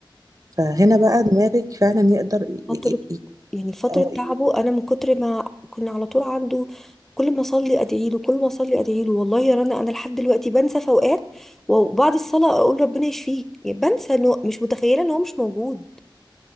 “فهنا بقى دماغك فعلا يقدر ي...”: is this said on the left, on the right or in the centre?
Right